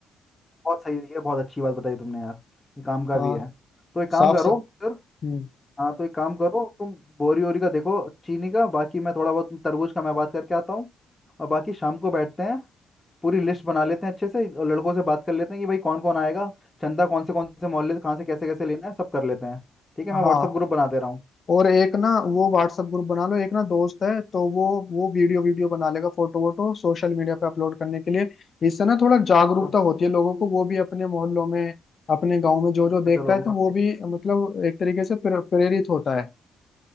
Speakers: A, on the left; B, on the left.
A: बहुत सही है ये बहुत अच्छी बात बताई तुमने यार ये काम का
B: हाँ
A: भी है तो एक काम
B: साफ
A: करो
B: साफ
A: फिर
B: हम्म
A: हाँ तो एक काम करो तुम बोरी ओरी का देखो चीनी का बाकी मैं थोड़ा बहुत तरबूज का मैं बात करके आता हूँ और बाकी शाम को बैठते हैं पूरी लिस्ट बना लेते हैं अच्छे से और लड़कों से बात कर लेते हैं कि भाई कौन कौन आएगा चंदा कौन से कौन से मोहल्ले से, कहाँ से कैसे कैसे लेना है सब कर लेते हैं ठीक है
B: हाँ
A: मैं व्हाट्सअप ग्रुप बना दे रहा हूँ
B: और एक ना वो व्हाट्सएप ग्रुप बना लो एक ना दोस्त है तो वो वो वीडियो वीडियो बना लेगा फोटो वोटो सोशल मीडिया पे अपलोड करने के लिए इससे ना थोड़ा जागरूकता
A: चलो
B: होती है लोगों को वो भी अपने मोहल्लों में अपने गांव में जो
A: अच्छा
B: जो देखता
A: चलो
B: है
A: हम-
B: तो वो भी मतलब एक तरीके से प्रे- प्रेरित होता है